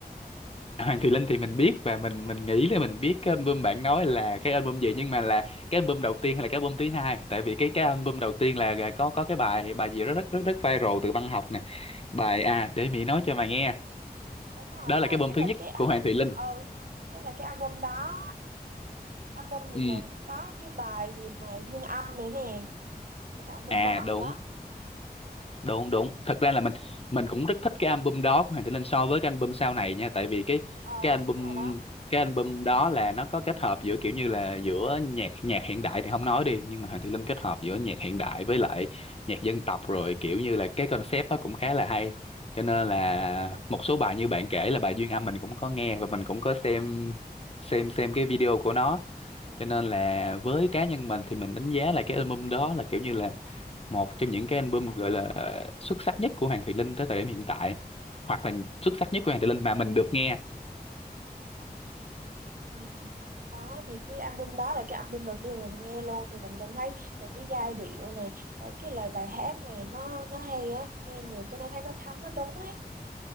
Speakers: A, on the left; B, on the right.
A: Hoàng Thùy Linh thì mình biết và mình mình nghĩ là mình biết cái album bạn nói là cái album gì nhưng mà là cái album đầu tiên hay là cái album thứ hai tại vì cái cái album đầu tiên là là có có cái bài bài gì rất rất rất rất viral từ văn học nè bài à để Mỹ nói cho mà nghe
B: đúng rồi
A: đó là
B: à
A: cái album
B: chắc
A: thứ
B: là
A: nhất
B: cái
A: của Hoàng Thùy Linh
B: ừ chắc là cái album đó album gì
A: ừ
B: mà có cái bài gì mà Duyên Âm nữa nè cái album
A: à
B: đó
A: đúng
B: rồi đó
A: đúng đúng thật ra là mình
B: Ừ.
A: mình cũng rất thích cái album đó của Hoàng Tử Linh so với cái album sau này nha tại vì cái
B: ờ
A: cái album
B: đúng rồi đó
A: cái album đó là nó có kết hợp giữa kiểu như là giữa nhạc nhạc hiện đại thì không nói đi nhưng mà Hoàng Tử Linh kết hợp giữa nhạc hiện đại với lại nhạc dân tộc rồi kiểu như là cái concept đó cũng khá là hay cho nên là
B: ừ.
A: một số bài như bạn kể là bài Duyên Âm mình cũng có nghe và mình cũng có xem xem xem cái video của nó cho nên là với cá nhân mình thì mình đánh giá là cái album đó là kiểu như là một trong những cái album gọi là ờ, xuất sắc nhất của Hoàng Thùy Linh tới thời điểm hiện tại hoặc là xuất sắc nhất của Hoàng Thùy Linh mà mình được nghe
B: Ừ. đó thì cái album đó là cái album đầu tiên mình nghe luôn thì mình cảm thấy từ cái giai điệu này tới cái lời bài hát này nó nó hay á nghe nhiều cái nó thấy nó thấm nó đúng ấy